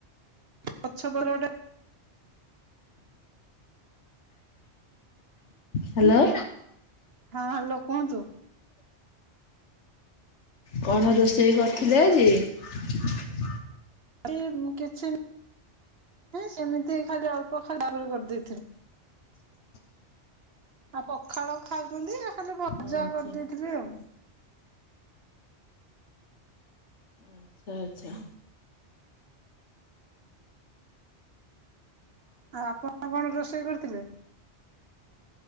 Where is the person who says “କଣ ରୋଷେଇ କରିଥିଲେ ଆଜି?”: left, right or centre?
Left